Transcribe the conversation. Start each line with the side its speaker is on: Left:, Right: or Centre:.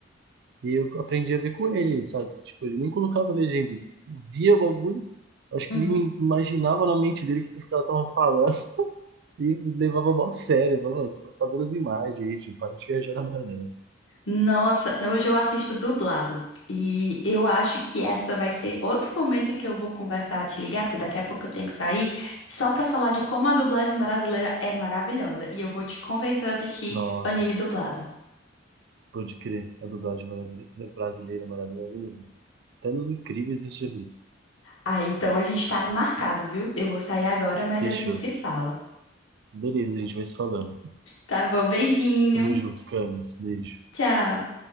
Right: e eu aprendi a ver com ele, sabe? Tipo, ele nem colocava legenda, ele via o bagulho, acho
Left: Uhum.
Right: que ele me imaginava na mente dele o que que os caras estavam falando <laughs> e me levava mó a sério. Eu falava, "Nossa, tá vendo as imagens aí, tipo, para de viajar na maionese.
Left: Nossa, hoje eu assisto dublado. E eu acho que essa vai ser outro momento em que eu vou conversar, te ligar, porque daqui a pouco eu tenho que sair, só pra falar de como a dublagem brasileira é maravilhosa. E eu vou te convencer a assistir
Right: Nossa,
Left: anime dublado.
Right: pode crer, a dublagem maravil- brasileira é maravilhosa mesmo. Até nos incríveis a gente já viu isso.
Left: Ah, então a gente tá marcado, viu? Eu vou sair agora, mas
Right: Fechou.
Left: a gente se fala.
Right: Beleza, a gente vai se falando.
Left: Tá bom, beijinho.
Right: Tamo junto, Camis. Beijo.
Left: Tchau.